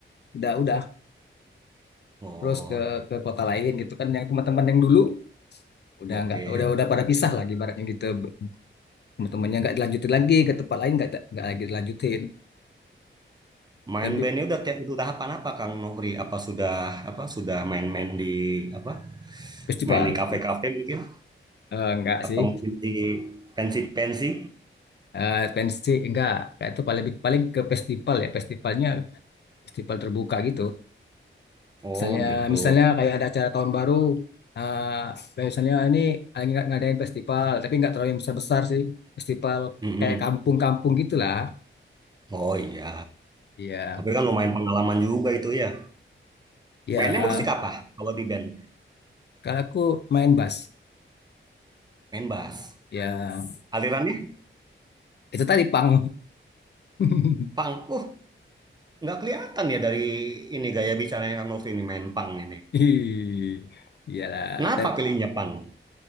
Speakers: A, on the left; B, on the right.
A: udah udah
B: Oh,
A: terus ke ke kota lain gitu kan yang teman-teman yang dulu udah
B: oke.
A: nggak udah udah pada pisah lagi ibaratnya gitu teman-temannya nggak dilanjutin lagi ke tempat lain nggak nggak lagi dilanjutin
B: Main
A: lebih
B: bandnya udah kayak udah tahapan apa Kang Novi? Apa sudah apa sudah main-main di apa?
A: festival
B: Main di kafe-kafe mungkin
A: Eh, nggak
B: atau
A: sih
B: mungkin di pensi-pensi?
A: eh pensi enggak kayak itu paling paling ke festival ya festivalnya festival terbuka gitu
B: Oh,
A: misalnya
B: gitu.
A: misalnya kayak ada acara tahun baru eh, kayak misalnya ini lagi ng- ngadain festival tapi nggak terlalu yang besar besar sih festival
B: Mm-mm.
A: kayak kampung-kampung gitulah
B: Oh iya,
A: Iya
B: tapi kan lumayan pengalaman juga itu ya.
A: ya
B: Mainnya musik apa kalau di band?
A: kalau aku main bass
B: Main bass.
A: ya
B: Alirannya
A: itu tadi pang <laughs>
B: punk. Uh, nggak kelihatan ya dari ini gaya bicaranya Kang Novi ini main punk ini.
A: Ih, iyalah
B: Kenapa
A: tapi
B: pilihnya punk?